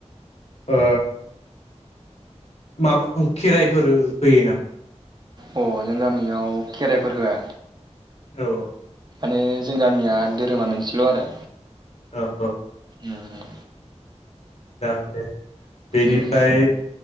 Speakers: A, on the left; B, on the right.
A: ओ। माबा खेराइफोर होयो नामा।
B: अ जों गामियाव खेराइफोर होआ।
A: औ औ।
B: माने जों गामिया धोरोमा मोनसेल आरो।
A: औ औ औ।
B: उम
A: जागोन दे बेनिफ्राय
B: उम